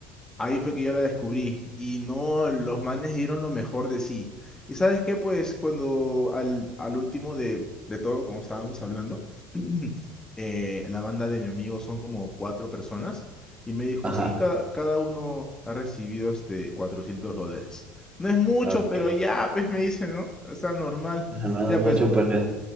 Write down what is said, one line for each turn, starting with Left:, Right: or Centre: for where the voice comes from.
Left: Ahí fue que yo la descubrí y no, los manes dieron lo mejor de sí. ¿Y sabes qué? Pues cuando al, al último de, de todo, como estábamos hablando, <clears throat> eh, la banda de mi amigo son como cuatro personas y me dijo,
Right: Ajá.
Left: sí, ca- cada uno ha recibido este 400 dólares. No es mucho,
Right: ok.
Left: pero ya, pues me dice, ¿no? O sea, normal.
Right: Ajá, No
Left: Ya,
Right: es
Left: pues,
Right: mucho, pero es,